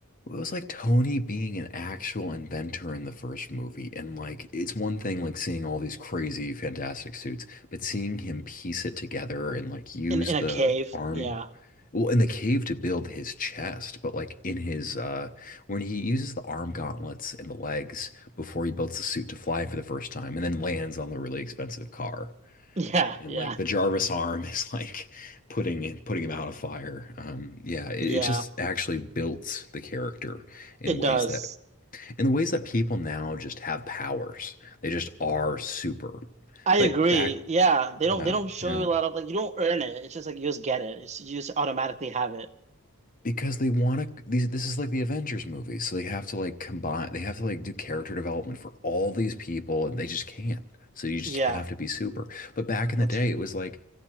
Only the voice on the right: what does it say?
in in
a cave.
Yeah,
<laughs> yeah,
yeah,
yeah.
It
does.
I
agree.
Yeah, they don't
they don't show
you a lot of like you don't earn it. It's just like you just get it. It's, you just automatically have it.
Yeah.
That's